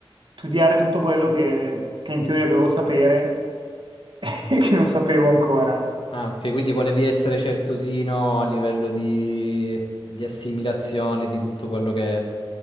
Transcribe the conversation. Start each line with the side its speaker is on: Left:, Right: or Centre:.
Right: studiare tutto quello che, che in teoria dovevo sapere <laughs> e che non sapevo ancora.
Left: Ah, ok, quindi volevi essere certosino a livello di, di assimilazione di tutto quello che,